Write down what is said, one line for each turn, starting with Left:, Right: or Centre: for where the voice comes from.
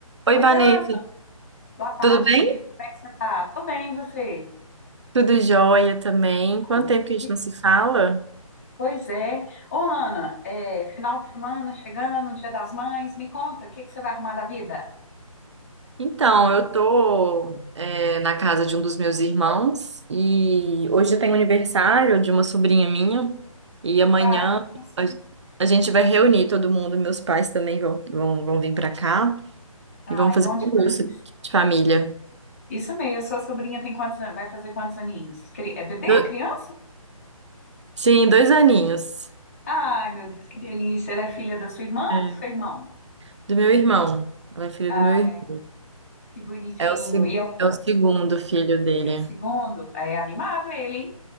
Right: Oi,
Left: Oi,
Right: Vanessa,
Left: Ana, boa tarde,
Right: tudo bem?
Left: querido. Como é que você tá? Tô bem, e você?
Right: Tudo jóia também. Quanto
Left: Ah,
Right: tempo que a gente
Left: que-
Right: não se fala?
Left: Pois é. Ô, Ana, é, final de semana chegando, Dia das Mães, me conta, o que que você vai arrumar da vida?
Right: Então, eu tô, é, na casa de um dos meus irmãos e hoje tem aniversário de uma sobrinha minha e amanhã
Left: Ai, que que é isso?
Right: a, a gente vai reunir todo mundo. Meus pais também vão, vão, vão vir pra cá
Left: Ai,
Right: e vão fazer
Left: bom
Right: um
Left: demais.
Right: almoço de família.
Left: Isso mesmo, sua sobrinha tem quantos anos? Vai fazer quantos aninhos? Cri- É bebê?
Right: Do-
Left: Criança?
Right: sim, dois aninhos.
Left: Ai, meu Deus, que delícia. Ela é filha da sua irmã
Right: É.
Left: ou do seu irmão?
Right: Do meu irmão. Ela é filha
Left: Ai,
Right: do meu irmão.
Left: que bonitinho.
Right: É o, se-
Left: E é o
Right: é o segundo filho dele.
Left: é o segundo? É animado ele, hein?